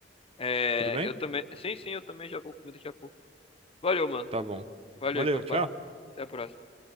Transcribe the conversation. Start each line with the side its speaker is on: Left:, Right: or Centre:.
Left: É,
Right: Tudo bem?
Left: eu também. Sim, sim, eu também já vou comer daqui a pouco. Valeu, mano.
Right: Tá bom.
Left: Valeu
Right: Valeu,
Left: aí pelo
Right: tchau.
Left: papo. Até a próxima.